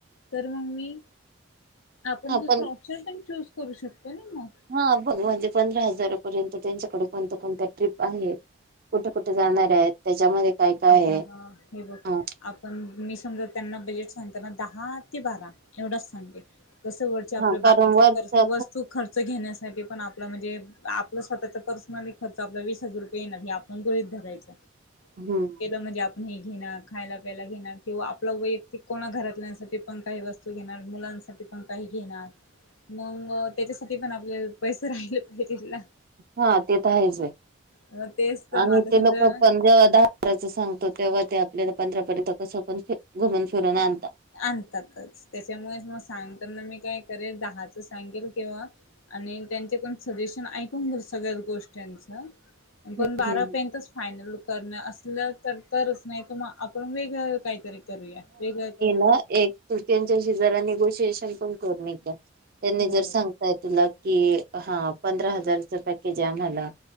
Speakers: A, on the left; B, on the right.
A: तर मग मी आपण
B: हा
A: दुसर
B: पण
A: ऑप्शन पण चूज करू शकतो ना मग
B: हा बघ म्हणजे पंधरा हजारापर्यंत त्यांच्याकडे कोणत्या कोणत्या ट्रीप आहेत कुठे कुठे जाणार आहेत त्याच्यामध्ये काय काय
A: आता
B: आहे
A: ह हे बघ
B: हा
A: आपण मी समजा त्यांना बजेट नंतरना दहा ते बारा एवढाच सांगे कसं वरच आपल्या
B: हा,
A: बाकीच
B: कारण वरचा
A: तर वस्तू खर्च घेण्यास सखीपण आप म्हणजे आपलं स्वतःचा पर्सनली खर्च आपला वीस हजार रुपये येणारे हे आपण गहेत धरायच
B: हम्म
A: म्हणजे आपण हे घे खायला पियला घेणार किंवा आपला वैयक्तिक कोणा घरात ल्ययासाठी पण काही वस्तू घेणार मुलांसाठी पण काही घेणार मग त्याच्यासाठी पण आपले पैसे राहिले पाहिजे ना
B: हा ते तर आहेच वै
A: मग तेच तर
B: आणि
A: मग आता
B: ते
A: समजा
B: लोक पण जेव्हा दहा हारच सांग तेव्हा ते आपल्याला पंधपर्यंत कसं पण घुमून फिरून आणता
A: आणतातच त्याच्यामुळेच मग सांगताना मी काय करेल दहाच सांगेल किंवा आणि त्यांच्याकून सजेशन ऐकून घ सगळ्या गोष्टीच पण
B: हम्म
A: बारापर्यंतच
B: हम्म.
A: फायनल करण अस थीलर तरच नाही तर मग आपण वेगळंळ काहीतरी करूया वेगळं का
B: ू एक गोष्टींचेच्य शी जरा ज निगोशिएशन पण कर का त्यांनी
A: हो
B: जर सांगताय तुला कि हा पंधरा हजारच पॅकेज आहे आम्हाला